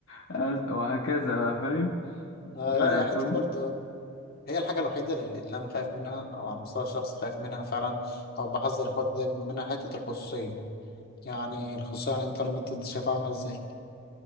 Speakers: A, on the left; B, on the left.
A: <laughs> وهكذا بقى فاهم
B: آه
A: ف-
B: لا
A: فاهم
B: يا حتة برضه هي الحاجة الوحيدة اللي اللي أنا خايف منها أو على المستوى الشخصي خايف منها فعلا أو بحذر إخواتي دايما منها حتة الخصوصية يعني الخصوصية على الإنترنت أنت شايفها عاملة إزاي؟